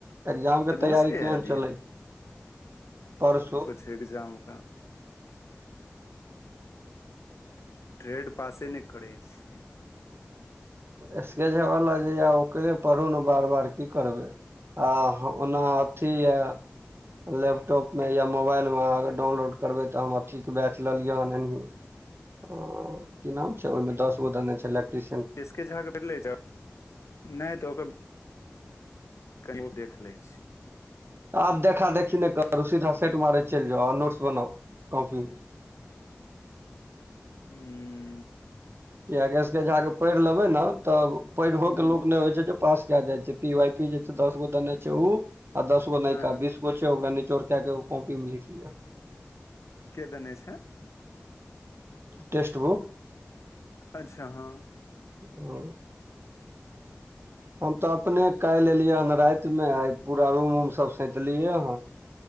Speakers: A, on the right; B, on the left.
A: एग्जाम
B: तऽ
A: के तैयारी
B: गाँव से कहिया
A: केहन
B: एलियै
A: चलै परसू
B: छै एग्जाम एखन ट्रेड पासे नहि करै छियै
A: एसके झा वाला जे यै ओकरे पढू ने बार बार की करबै आ ओना अथी यै लैपटॉप में या मोबाइल मे अहाँ अगर डाउनलोड करबै तऽ हम अथी के बैच लेलियै हन एनहि की नाम छै ओहिमे दस गो देने छै एलैक्ट्री
B: एसके झा के भेलै <unintelligible> नहि तऽ ओकर कहियौ देख लै छै
A: आब देखा देखी नहि करो सीधा सेट मारै चलि जा नोट्स बनाउ कॉपी मे
B: हू
A: कियैकि एसके झा के पढ़ि लेबै ने तऽ पढ़ो
B: हूँ
A: के लोक नहि होइ छै जे पास कए जाइ छै पी वाई कियु जे छै दस गो देने छै ओ आ दस गो नई
B: हँ
A: का बीस दू गो छै ओकरा नीचोर के कॉपी मे लिख लिया
B: के देने छै
A: टेक्स्ट बुक
B: अच्छा हँ
A: ह हम तऽ अपने काल्हि एलियै हन राति मे आइ पूरा रूम उम सब सैतलियै हन